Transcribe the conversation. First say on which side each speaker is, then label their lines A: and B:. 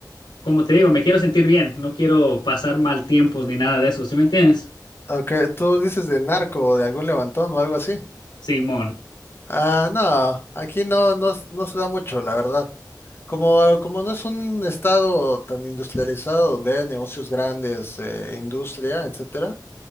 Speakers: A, on the left; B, on the left.
A: como te digo, me quiero sentir bien, no quiero pasar mal tiempos ni nada de eso, ¿sí me entiendes?
B: Aunque tú dices de narco o de algún levantón o algo así.
A: Simón.
B: Ah, no, aquí no, no, s- no se da mucho, la verdad. Como, como no es un estado tan industrializado donde hay negocios grandes, eh, e industria, etcétera,